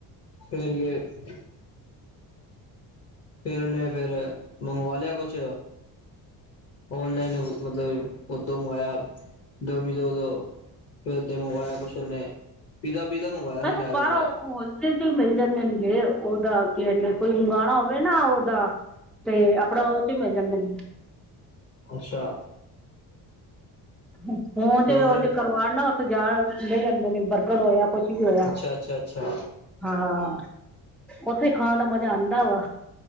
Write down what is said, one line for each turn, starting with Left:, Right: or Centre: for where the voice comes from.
Left: ਫਿਰ ਲਈ ਫਿਰ ਉਹਨੇ ਫਿਰ ਮੰਗਵਾ ਲਿਆ ਕੁਛ ਔਨਲਾਈਨ ਮਤਲਬ ਉਥੋਂ ਆਇਆ ਡੋਮੀਨੋਸ ਤੋਂ ਫਿਰ ਤੇ ਮੰਗਵਾਇਆ ਕੁਛ ਉਹਨੇ ਪੀਜ਼ਾ ਪੀਜ਼ਾ ਮੰਗਵਾਇਆ
Centre: ਬਸ
Left: ਸੀ ਸ਼ਾਇਦ
Centre: ਬਾਹਰੋਂ
Left: ਉਹਨੇ
Centre: ਹੋਲਸੇਲ ਚ ਮਿਲ ਜਾਂਦੇ ਨੇਗੇ ਉਹਦਾ ਕੀ ਕੋਈ ਮੰਗਵਾਉਣਾ ਹੋਵੇ ਨਾ ਉਹਦਾ ਤੇ ਆਪਣਾ ਉੱਚ ਹੀ ਮਿਲ ਜਾਂਦੇ ਨੇ
Left: ਅੱਛਾ।
Centre: ਮੋਮੂ
Left: ਹੋਰ
Centre: ਤੇ ਕਰਵਾਨ ਨਾ ਉੱਥੇ ਜਾ ਜਾਂਦੇ ਨੇ ਬਰਗਰ ਹੋਇਆ ਕੁਛ ਵੀ ਹੋਇਆ
Left: ਅੱਛਾ ਅੱਛਾ ਅੱਛਾ
Centre: ਹਾਂ ਉੱਥੇ ਖਾਣ ਦਾ ਮਜਾ ਆਉਂਦਾ ਵਾ